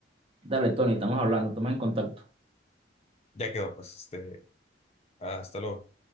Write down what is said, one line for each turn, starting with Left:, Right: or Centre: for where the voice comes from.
Right: Dale, Tony, estamos hablando, estamos en contacto.
Left: Ya quedó, pues, este, hasta luego.